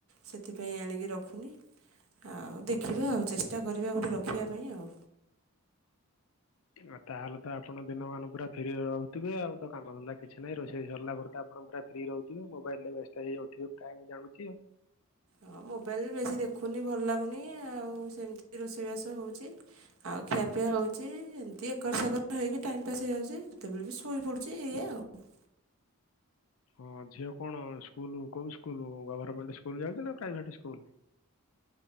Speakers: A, on the right (about 70°); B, on the left (about 70°).
A: ସେଥିପାଇଁ ଆଣିକି ରଖୁନି ଆଉ ଦେଖିବା ଆଉ ଚେଷ୍ଟା କରିବା ଆଉ ଗୋଟେ ର ଶଖବା ପାଇଁ ଆଉ।
B: ଆଉ ତାହେଲେ ତ ଆପଣ ଦିନମାନ ପୁରା ଫ୍ରି ରେ ରହୁଥିବେ ଆଉ ତ କାମ ଧନ୍ଦା କିଛି ନାହିଁ ରୋଷେଇ ସରିଲା ପରେ ତ ଆପଣ ପୁରା ଫ୍ରି ରହୁଥିବେ ମୋବାଇଲ ରେ ବ୍ୟସ୍ତ ହେଇଯାଉଥିବେ ପ୍ରାୟ ମୁଁ ଜାଣୁଛି ଆଉ।
A: ହଁ ମୋବାଇଲରେ ବେଶୀ ଦେଖୁନି ଭଲ ଲାଗୁନି ଆଉ ସେମିତି ରୋଷେଇବାସ ହଉଛି। ଆଉ ଖିଆପିଆ ହଉଛି ଏମିତି କସରତ ହେଇକି ଟାଇମ୍ ପାସ୍ ହେଇଯାଉଛି ତେବେବି ଶୋଇ ପଡ଼ୁଛି ଏଇଆ ଆଉ।
B: ହଁ ଝିଅ କଣ ସ୍କୁଲ କୋଉ ସ୍କୁଲ ଗଭର୍ମେଣ୍ଟ ସ୍କୁଲ ଯାଉଛି ନା ପ୍ରାଇଭେଟ ସ୍କୁଲ?